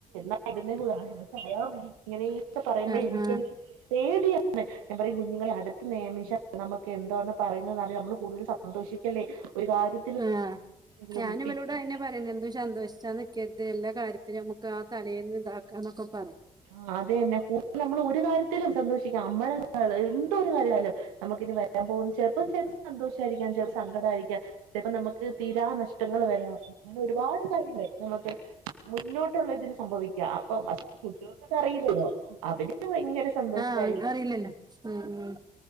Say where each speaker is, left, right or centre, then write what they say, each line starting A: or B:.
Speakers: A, on the right; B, on the right.
A: <inaudible> ഇങ്ങനെക്കെ പറയുമ്പോ
B: ആഹ്
A: എനിക്കെങ്ങനെ
B: ആഹ്
A: പേടിയാണ് ഞാൻ പറയും കുഞ്ഞുങ്ങളെ അടുത്ത് <unintelligible> കുഞ്ഞുങ്ങളെ അടക്കി നെയമിച്ചാ നമക്ക് എന്തോന്നു പറയുന്നതാല് നമ്മൾ കൂടുതൽ സന്തോഷിക്കല്ലേ ഒരു കാര്യ
B: ആഹ്
A: <inaudible>
B: ഞാൻ <unintelligible> സന്തോഷിച്ചാ നിക്കര്ത് എല്ലാ കാര്യത്തിനും അമുക്ക് ആ തലേന്ന് ഇതാക്കാന്നൊക്കെ പറയാം
A: ആ അതെന്നെ കൂടുതൽ നമ്മള് ഒരു കാര്യത്തിലും സന്തോഷിക്കാം അമ്മളെ <unintelligible> എന്തോ ഒരു കാര്യയാലും നമുക്കിനി വരാൻ പോകുന്ന ചിലപ്പോ ചിലപ്പോ സന്തോഷായിരിക്കാം ചിലപ്പ സങ്കട ആയിരിക്കാം ചിലപ്പോ നമുക്ക് തീരാ നഷ് റ്റങ്ങള് വരാപ്പ അങ്ങനെ ഒരുപാട് കാര്യങ്ങള് നമുക്ക് മുന്നോട്ടുള്ള ഇതിന് സംഭവിക്കാം അപ്പൊ <unintelligible> ക്കതറിയില്ലല്ലോ അവര് ഭയങ്കര സന്തോഷ
B: ആഹ്
A: <inaudible>
B: അറിയില്ലല്ലോ ഉം ഉം